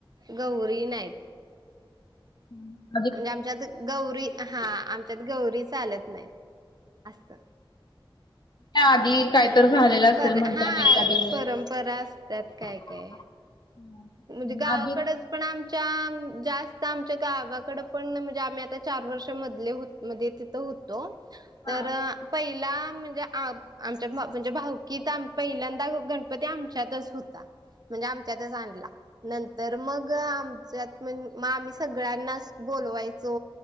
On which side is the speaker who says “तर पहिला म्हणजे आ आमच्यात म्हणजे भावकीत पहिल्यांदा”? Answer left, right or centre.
Right